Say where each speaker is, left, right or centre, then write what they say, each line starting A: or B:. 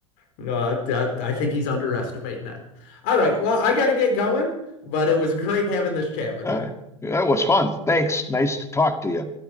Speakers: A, on the left; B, on the left.
A: No, I, I I think he's underestimating that. All right. Well, I gotta get going, but it was great having this chat with
B: Uh,
A: you.
B: that was fun. Thanks. Nice to talk to you.